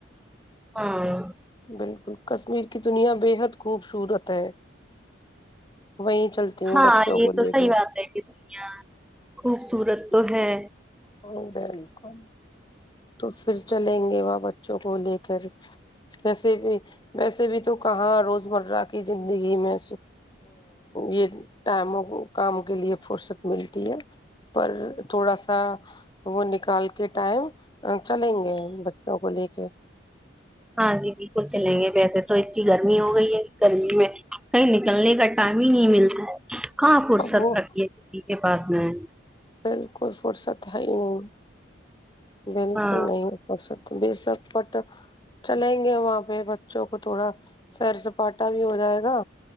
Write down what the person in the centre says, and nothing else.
ہاں
ہاں
یہ
تو
صحی
بات ہے کہ یا <inaudible> خوبصورت تو ہے
ہاں جی بالکل چلیں گے ویسے تو اتنی گرمی ہو گئی ہے گرمی میں کہیں نکلنے کا ٹائم ہی نہیں ملتا ہاں فرصد
تک ہے کے پاس میں ہے
ہاں